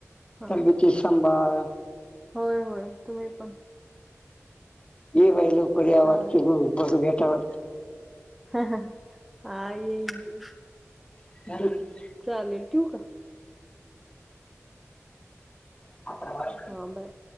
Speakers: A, in the centre; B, on the left.
A: हा
B: तब्बेती साभांळ.
A: होय होय. तुम्ही पण.
B: ये बाई लवकर या वर्षी
A: हा
B: मग बघू भेटा
A: हा हा. हा ये ये.
B: <unintelligible>
A: चालेल ठेवु का?
B: <unintelligible>
A: हा बाय.